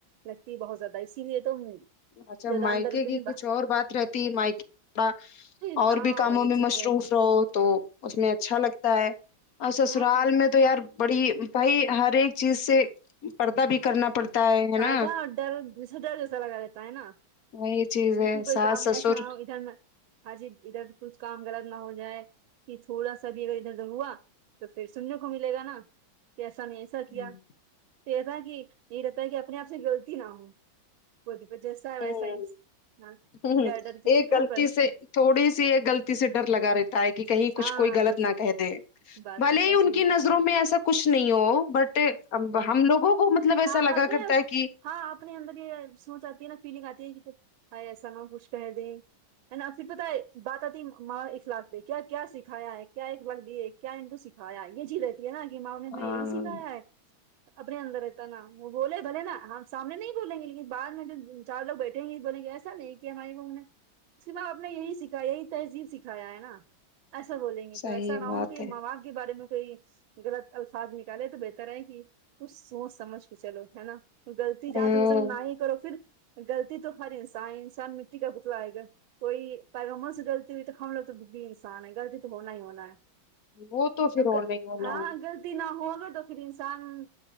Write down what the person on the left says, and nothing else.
اچھا
مائکے
کی
کچھ اور بات رہتی ہے مائکے با
اور
بھی کاموں
میں مصروف
رہو تو اس میں اچھا لگتا ہے اور سسرال
میں تو یار بڑی بھائی ہر ایک چیز سے پردہ بھی کرنا پڑتا ہے ہے
نا
وہی چیز ہے
ساس
سسر
ہوں
ہوں
ہوں ہوں
ایک غلطی
سے تھوڑی سی یہ غلطی سے ڈر لگا رہی ہے کہ کہیں کچھ
کوئی غلط
نہ کہہ دے
بھلے
ہی ان کی نظر میں ایسا کچھ نہیں ہو بٹ ہم لوگوں کو مطلب ایسا
لگا
کرتا ہے کہ
ہاں
صحیح
بات
ہے
ہوں
وہ تو پھر
ہونا ہی ہونا
ہے